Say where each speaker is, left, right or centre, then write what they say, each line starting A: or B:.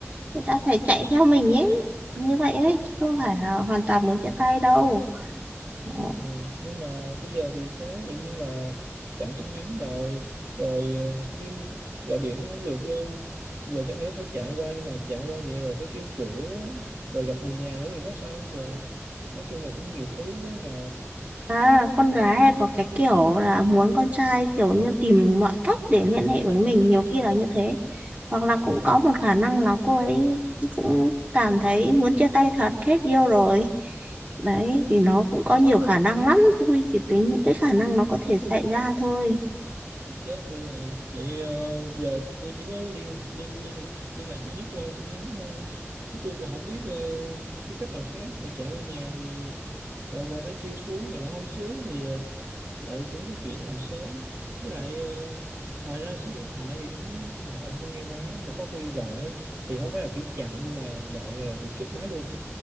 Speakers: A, on the right; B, on the right.
A: người ta phải chạy theo mình ấy như vậy ấy chứ không phải là hoàn toàn muốn chia tay đâu Ờ,
B: ừ. nhưng mà bây giờ thì có tự nhiên là chặn tin nhắn rồi rồi ờ, liên gọi điện cũng không được luôn giờ chẳng lẽ phải chạy qua nhưng mà chạy qua vậy rồi phải kêu cửa rồi gặp người nhà nữa thì có sao không trời nói chung là cũng nhiều thứ quá mà
A: à, con gái hay có cái kiểu là muốn con trai kiểu như tìm mọi cách để liên hệ với mình nhiều khi là như thế hoặc là cũng có một khả năng là cô ấy cũng cảm thấy muốn chia tay thật hết yêu rồi đấy thì nó cũng có nhiều khả năng lắm tôi chỉ tính những cái khả năng nó có thể xảy ra thôi
B: chết tôi rồi vậy ờ, giờ tôi chỉ có liên liên liên liên lạc duy nhất qua tin nhắn thôi chứ tôi còn không biết ờ, cái cách nào khác mà chạy qua nhà thì lại lại phải kêu xuống mà lại không xuống thì ờ, lại cũng có chuyện làm sớm với lại ờ, ngoài ra số điện thoại thì cũng gọi không nghe máy mà có khi gọi á, thì không phải là kiểu chặn nhưng mà gọi là bị cúp máy luôn